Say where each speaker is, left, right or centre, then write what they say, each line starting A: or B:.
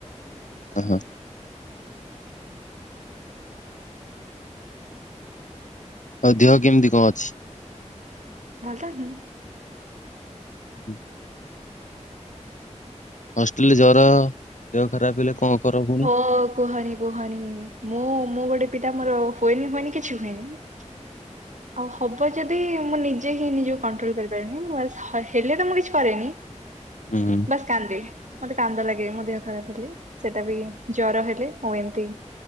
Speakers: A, on the left; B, on the right.
A: ଓ ହୁଁ। ଆଉ ଦେହ କେମିତି କଁ ଅଛି।
B: ଭଲ ତ ହିଁ।
A: ହୁଁ ହୁଁ। ହଷ୍ଟେଲରେ ଜର ଦେହ ଖରାପ ହେଲେ କଣ କର ପୁଣି।
B: ଓ କୁହନି କୁହନି ମୁଁ ମୁଁ ଗୋଟେ ପିଲା ମୋର ହୁଏନି ମାନେ କିଛି ହୁଏନି।
A: <inaudible>
B: ଆଉ ହବ ଯଦି ମୁଁ ନିଜେ ହିଁ ନିଜକୁ କଣ୍ଟ୍ରୋଲ କରିପାରେନି ମୁଁ ହ ହେଲେ ତ ମୁଁ କିଛି କରେନି।
A: ଉଁ ହୁଁ।
B: ଖାଲି କାନ୍ଦେ ମତେ କାନ୍ଦ ଲାଗେ ମୋ ଦେହ ଖରାପ ହେଲେ ସେଇଟା ବି ଜର ହେଲେ ମୁଁ ଏମତି।